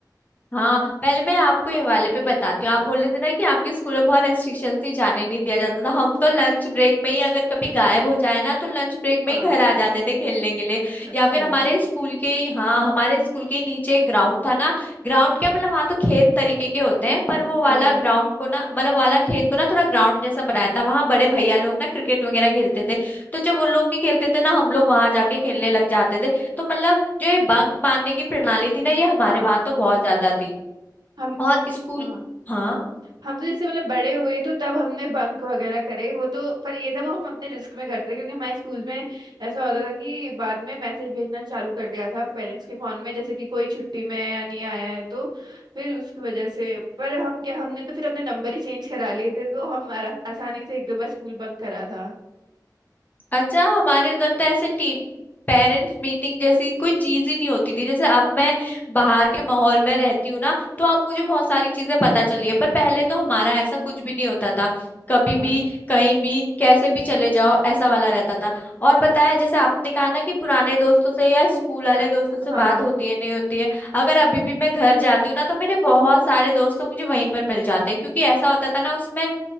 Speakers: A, on the left (about 25°); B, on the right (about 75°).
A: हाँ पहले मैं आपको ये वाले पे बताती हूँ आप बोल रहे थे ना कि आपके स्कूल में बहुत रेस्ट्रिक्शन थी जाने नहीं
B: हम्म
A: दिया जाता था हम तो लंच ब्रेक में ही अगर कभी गायब हो जाए ना तो लंच ब्रेक
B: हाँ
A: में ही घर आ जाते थे खेलने के लिए
B: अच्छा
A: या फिर हमारे स्कूल के ही- हाँ हमारे स्कूल के ही नीचे एक ग्राउंड था ना ग्राउंड क्या मतलब वहाँ तो खेत तरीके के होते हैं पर वो
B: हाँ
A: वाला ग्राउंड को ना मतलब वाला खेत को ना थोड़ा ग्राउंड जैसा बनाया था वहाँ बड़े भैया लोग ना क्रिकेट वगैरह खेलते थे तो जब वो लोग नहीं खेलते थे ना हम लोग वहां जाके खेलने लग जाते थे तो मतलब जो ये बंक मारने की प्रणाली थी ना ये हमारे
B: हाँ
A: वहां तो बहुत ज्यादा थी
B: हम
A: और स्कूल
B: हाँ
A: हाँ
B: हम तो जैसे मतलब बड़े हुए तो तब हमने बंक वगैरह करे वो तो पर ये था वो हम अपने रिस्क में करते थे क्योंकि हमारे स्कूल में ऐसा होता था कि बाद में मैसेज भेजना चालू कर दिया था पेरेंट्स के फोन में जैसे कि कोई छुट्टी में है या नहीं आया है तो फिर उसकी वजह से पर हम क्या हमने तो फिर अपने नंबर ही चेंज करा लिए थे तो हम आरा- आसानी से एक दो बार स्कूल बंक करा था
A: अच्छा हमारे उधर तो ऐसे टी पेरेंट्स मीटिंग जैसी कोई चीज ही नहीं होती थी जैसे अब मैं बाहर के माहौल में रहती हूँ ना तो अब मुझे बहुत सारी चीजें पता चली है पर पहले तो हमारा ऐसा कुछ भी नहीं होता था कभी
B: हाँ
A: भी कहीं भी कैसे भी चले जाओ ऐसा वाला रहता था और पता है जैसे आपने कहा ना कि पुराने दोस्तों से या स्कूल वाले
B: अ-
A: दोस्तों से
B: हाँ
A: बात होती है नहीं होती है अगर अभी भी मैं घर जाती हूँ ना तो मेरे बहुत सारे दोस्त तो मुझे वहीं पर मिल जाते हैं क्योंकि ऐसा होता था ना उसमें